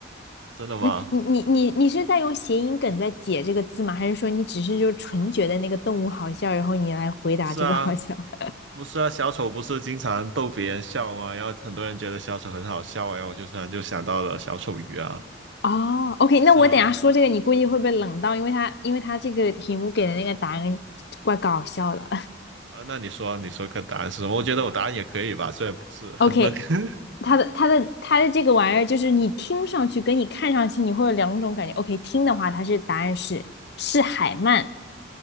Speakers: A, on the right; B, on the left.
A: 真的吗？
B: 那你你你你是在用谐音梗在解这个字吗？还是说你只是就纯觉得那个动物好笑，然后你来回答这个好笑？
A: 不是啊，
B: <laughs>
A: 不是啊，小丑不是经常逗别人笑吗？然后很多人觉得小丑很好笑啊然后我就突然就想到了小丑鱼啊，
B: 哦，OK，那我等一下说这个，
A: 是吗？
B: 你估计会被冷到，因为他因为他这个题目给的那个答案怪搞笑的。
A: 啊，那你说，你说个答案是什么？我觉得我答案也可以吧，虽然不是很乐。
B: OK，
A: <laughs>
B: 它的它的它的这个玩意儿，就是你听上去跟你看上去，你会有两种感觉。OK，听的话，它是答案是是海曼，